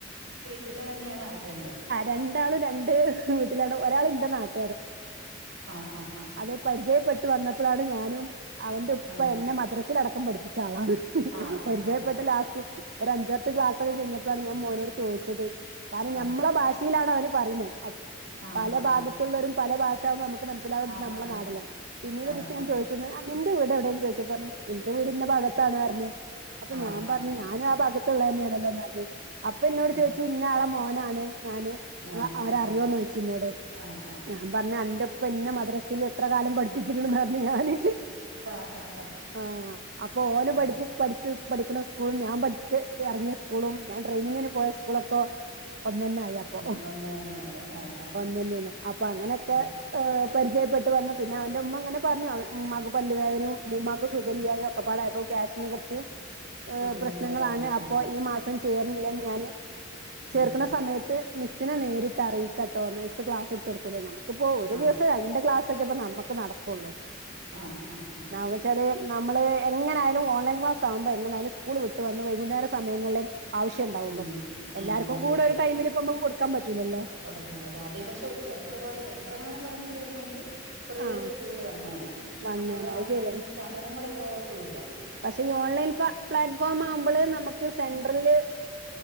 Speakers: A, on the right; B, on the right.
A: വീട്ടിൽതന്നെയാണോ അവര് രണ്ടും
B: രണ്ടാളും രണ്ട് വീട്ടിലാണ് ഒരാൾന്റെ നാട്ടിൽ
A: ആഹ് ആഹ് ആഹ്
B: അത് പരിചയപ്പെട്ടു വന്നപ്പോഴാണ് ഞാനും അവന്റെ ഉപ്പ
A: ആ ആ
B: എന്നെ മദ്രസൽടക്കം പഠിപ്പിച്ച ആളാണ് ഹ്.
A: ആ ആ
B: പരിചയപ്പെട്ട
A: ആ
B: ലാസ്റ്റ് ഒരു അഞ്ചട്ട് ക്ലാസ് ക്കഴിഞ്ഞപ്പോഴാണ് ഞാൻ മോനോ ട് ചോദിച്ചത് കാരണം
A: ആ
B: നമ്മളെ ഭാഷ ച്ചിയിലാണ് അവന് പറയുന്നത്
A: ആ
B: പല
A: ആ
B: ഭാഗത്തുള്ളവരും
A: ആ
B: പല ഭാഷ നമുക്ക് മനസിലാകുന്നത്
A: ആന്നാന്ന്
B: നമ്മള നാട്ല്ലേ പിന്നീട്
A: ആഹാ
B: ഒരു ദിവസ ഞാൻ ചോദിച്ചു നിന്റെ വീട് എവിടെന്ന് ചോദിച്ചപ്പോൾ പറഞ്ഞു ഇ ന്റെ വീട് ഇന്ന ഭാഗത്താണ് അറിഞ്ഞു അപ്പൊ
A: ആഹാ
B: ഞാൻ പറഞ്ഞു ഞാനും ആ ഭഗത്തുള്ളത് തന്നെയാണല്ലോ ന്നാൽ അപ്പൊ എന്നോട്
A: ആഹാ
B: ചോദിച്ചു ഇന്നാളെ മോനാണ് ഞാന്
A: ആഹ് ആഹ്
B: അവരറിയോന്ന് ചോദിച്ചു എന്നോട്
A: ആഹ് ആഹ്
B: ഞാൻ പറഞ്ഞ അ ന്റെ ഉ പ്പ എന്നന്നെ മദ്രസയിൽ എത്ര കാലം പഠിപ്പിച്ചിക്കണന്ന് പറഞ്ഞ് ഞാന്
A: ആ ആ ആ ആ ആ
B: ആഹ അപ്പൊ
A: ആ
B: ഓന
A: ആ.
B: പഠിപ്പി പഠിച്ച് പഠിക്കുന്ന സ്കൂളും ഞാൻ പഠിച്ച് ഇറങ്ങിയ സ്കൂളും ഞാൻ ട്രെയിനിങ്ങിന് പോയ സ്കൂളൊക്കെ ഒന്നന്നെ ആയി അപ്പൊ
A: ഉം ഒന്ന് തന്നെയാണ് ആഹാഹാ
B: ഒന്നന്നെയാണ് അപ്പൊ അങ്ങനെയൊക്കെ
A: ആ ആ ആ.
B: ഹ് പരിചയപ്പെട്ട് വന്നു പിന്നെ അവന്റെ ഉമ്മ ങ്ങനെ പറഞ്ഞു ഉമ്മാക്ക് പല്ലുവേദനയും ഉമ്മു മാക്ക് സുഗല്യായോ ഒക്കപ്പാടായപ്പൊ ക്യെഷ്ന് കൊർച് എ
A: ബുദ്ധിമുട്ടുണ്ടെന്ന്
B: പ്രശ്നങ്ങളണ്
A: ആ
B: അപ്പൊ ഈ മസ് ചേർന്നില്ല ഞാന്
A: ഉം
B: ചേർക്ക്ണ
A: ഉം
B: സമയത്ത്. മിസിന് നേരിട്ടറിയിക്കട്ടോന്ന് മിസ് ക്ലാസ് എടുതൊട്കൂലേ നമുക്ക്പ്പോ ഒരു
A: ആ
B: ദിവസ രണ്ട് ക്ലാസ് ക്കെപ്പൊ നമ്മക്ക് നട്ക്കൊള്ളൂ.
A: ആഹ് ആഹ് ആഹ്
B: ന്നാ വച്ചാല് നമ്മള് എങ്ങനായാലും ഓൺലൈൻ ക്ലാസ് ആലുമ്പോ എങ്ങനായാലും സ്കൂൾ വിട്ട് വന്ന് വൈകുന്നേര സമയങ്ങള് ആവശ്യംണ്ടാവുള്ളൂ
A: ഉം
B: എല്ലാർക്കും
A: ഉം
B: കൂടെ
A: ഉള്ളൂ
B: ഒരു ടൈമിലപ്പ നമ്മക്ക് കൊടുക്കാൻ പറ്റൂലല്ലോ.
A: <unintelligible> അതേ പക്ഷെ ഒരു സെൻ്റർ പോലെ സെ ൻ്ററെങ്ങാൻതുടങ്ങി കഴിഞ്ഞെങ്കിൽ കുറേ
B: ആ
A: കുട്ടികൾ വന്നേനെ
B: വന്നേനെ
A: അപ്പോഴോ
B: അത്
A: അപ്പോ
B: ശരിയാണ്
A: ഈ സമയങ്ങൾപോകത്തൂല്ല.
B: പക്ഷെ ഈ ഓൺലൈൻപ്ല പ്ലാറ്റ് ഫോമാവുമ്പള് നമക്ക് സെൻട്രല്